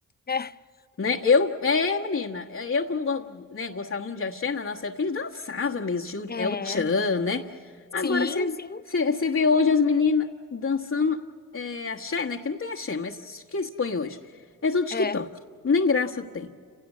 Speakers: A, on the left; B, on the left.
A: É.
B: Né? Eu, é, menina, é, eu como, go- né, gostava muito de axé na nossa época, a gente dançava mesmo, tinha o-
A: É,
B: é o tchan, né?
A: sim,
B: Agora você
A: sim.
B: você- você vê hoje as meninas dançando é, axé, né? Que não tem axé, mas isso que eles põem hoje. É tudo TikTok,
A: É.
B: nem graça tem.